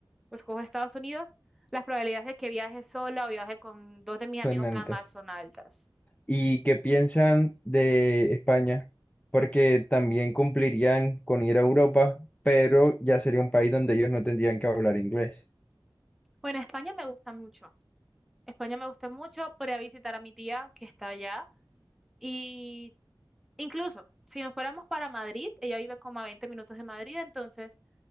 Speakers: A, in the centre; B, on the left.
A: o escojo Estados Unidos, las probabilidades de que viaje sola o viaje con dos de mis amigos
B: Son altas.
A: nada más son altas.
B: ¿Y qué piensan de España? Porque también cumplirían con ir a Europa, pero ya sería un país donde ellos no tendrían que hablar inglés.
A: Bueno, España me gusta mucho. España me gusta mucho. Podría visitar a mi tía que está allá. Y incluso, si nos fuéramos para Madrid, ella vive como a 20 minutos de Madrid, entonces